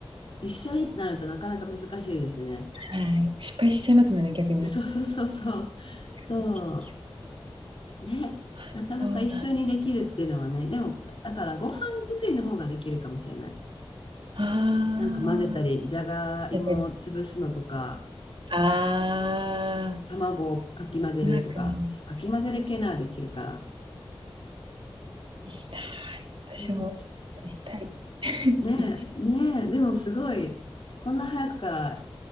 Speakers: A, on the left; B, on the right.
A: 一緒にってなるとなかなか難しいですね。
B: はい。失敗しちゃいますもんね、逆に。
A: そうそうそうそう。
B: <unintelligible>
A: そう。ね。
B: あそうだ。
A: なかなか一緒にできるっていうのはね。でも、だからご飯作りの方ができるかもしれない。
B: ああ。
A: なんか混ぜたり、じゃがいもを潰すのとか、
B: 混ぜたりああ。
A: 卵をかき混ぜるとか、
B: うまくないやつ。
A: かき混ぜる系ならできるから。
B: いいな。
A: そう。
B: 私もやりたい。
A: ねえ、
B: い
A: ねえ。でもすごい、こんな早くから